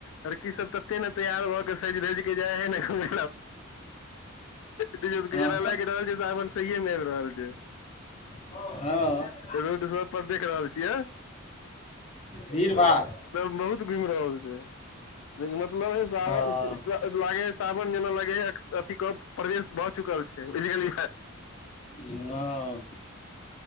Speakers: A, on the left; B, on the left.
A: लड़की सभ तते ने तैयार भऽ के सजि रजि के जाय है नहि ज
B: हँ
A: लागि रहल छै सावन कयमेर रहल रहल छै।
B: ह
A: रोड रो पर देख रहल छियै।
B: भीड़
A: एक
B: भाड़
A: बहुत घुमि रहल छै। मतलब हे
B: हँ
A: सन ले सावन जेना लागे अथी क प्रवेश भ चुकल छै बझल
B: हँ